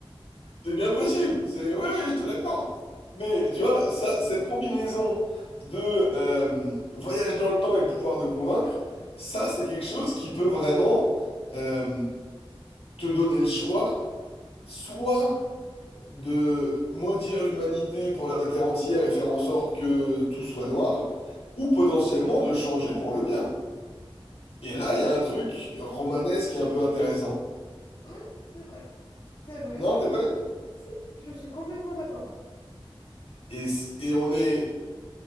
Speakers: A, on the left; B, on the left.
A: C'est bien possible. C'est oui, oui, je te l'accorde. Mais tu vois, ça, cette combinaison de euh, voyage dans le temps et pouvoir de convaincre, ça, c'est quelque chose qui peut vraiment euh, te donner le choix, soit de maudire l'humanité pour la terre entière et faire en sorte que tout soit noir, ou potentiellement de changer pour le bien. Et là, il y a un truc romanesque qui est un peu intéressant.
B: Oui, c'est vrai, c'est vrai.
A: Non, c'est vrai.
B: Si, je suis complètement d'accord.
A: Et, c- et on n'est